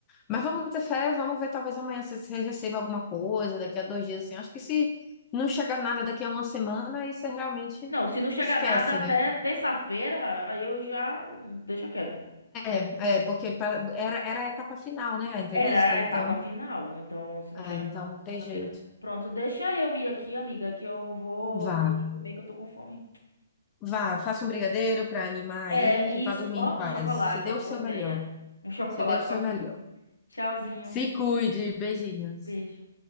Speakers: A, on the left; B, on the left.
A: Mas vamos ter fé, vamos ver, talvez amanhã você você receba alguma coisa, daqui a dois dias, assim. Acho que se não chegar nada daqui a uma semana, aí você realmente
B: Não, se não chegar
A: esquece,
B: nada até
A: né?
B: terça-feira, aí eu já deixa quieto.
A: É, é, porque pra- era, era a etapa final, né, a entrevista,
B: Era a
A: então,
B: etapa final, então se não
A: é,
B: chegar
A: então
B: nada até segunda-feira,
A: tem jeito.
B: pronto, deixa eu ir aqui, amiga, que eu vou
A: Vá,
B: ter que comer, que eu tô com fome.
A: vá, faça um brigadeiro para animar
B: É,
A: aí
B: é isso,
A: e vá dormir
B: ó,
A: em paz.
B: um chocolate,
A: Você deu
B: uma boa
A: o seu
B: ideia.
A: melhor.
B: Um <laughs> chocolate
A: Você deu o seu
B: para comer.
A: melhor.
B: Tchauzinho,
A: Se cuide, beijinhos.
B: beijo.